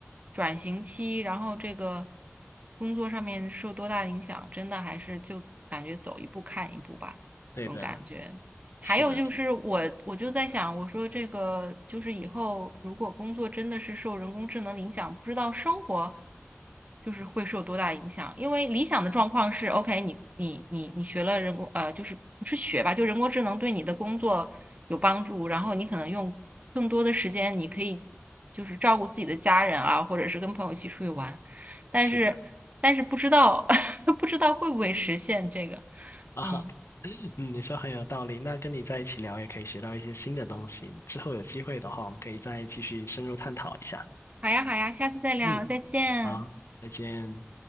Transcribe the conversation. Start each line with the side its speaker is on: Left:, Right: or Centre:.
Right: 转型期，然后这个工作上面受多大影响，真的还是就感觉走一步看一步吧，
Left: 对的，
Right: 这种感觉。还有就是我，
Left: 是的，是
Right: 我就在想，我说这个就是以后如果工作真的是受人工智能影响，不知道生活就是会受多大影响。因为理想的状况是，OK，你你你你学了人工呃，就是不是学吧，就人工智能对你的工作有帮助，然后你可能用更多的时间，你可以就是照顾自己的家人啊，或者是跟朋友一起出去玩。但是但是不知道
Left: 是的
Right: <laughs> 不知道会不会实现这个，
Left: 啊，
Right: 嗯。
Left: 哈，嗯，你说很有道理。那跟你在一起聊，也可以学到一些新的东西。之后有机会的话，我们可以再继续深入探讨一下。
Right: 好呀，好呀，下次再聊，
Left: 嗯，
Right: 再见。
Left: 好，再见。